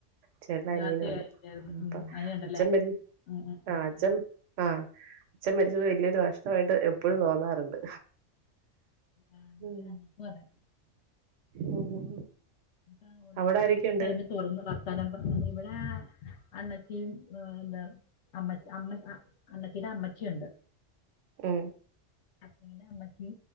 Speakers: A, on the right; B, on the left.
A: ചേട്ടനും അനിയനും
B: രാത്രിയായില്ലായിരുന്നു
A: ഉണ്ട് അപ്പൊ
B: ഉം അങ്ങനെയുണ്ടല്ലേ
A: അച്ഛൻ മര്
B: ഉം ഉം
A: അ
B: ഉം
A: അച്ചം
B: ഉം
A: അ അച്ഛൻ മരിച്ചത് വലിയൊരു കഷ്ടായിട്ട് എപ്പോഴും തോന്നാറുണ്ട്
B: ആ ഇവിടെ
A: ഉം
B: ഞങ്ങൾക്കും അതെ
A: ഉം
B: ആ ഉള്ളപ്പ
A: അവിടെ ആരൊക്കെയുണ്ട്
B: എല്ലാ ടൈമ തുറന്ന് വർത്താനം ഇവിടെ അണ്ണച്ചി എന്താ അമ്മ അമ്മ അണ്ണച്ചീടെ അമ്മച്ചി ഇണ്ട്
A: ഉം
B: അപ്പേന്റെ അമ്മച്ചി